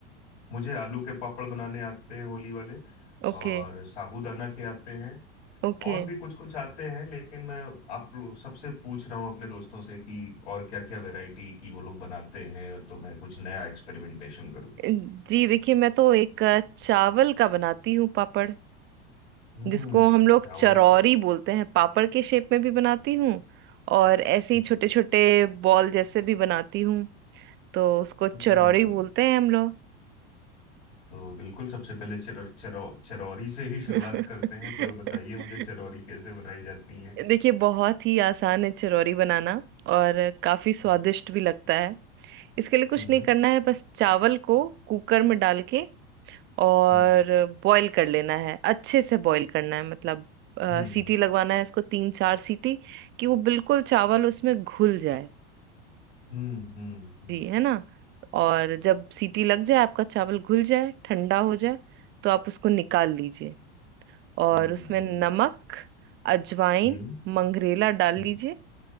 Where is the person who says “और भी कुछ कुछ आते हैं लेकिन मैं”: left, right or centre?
Left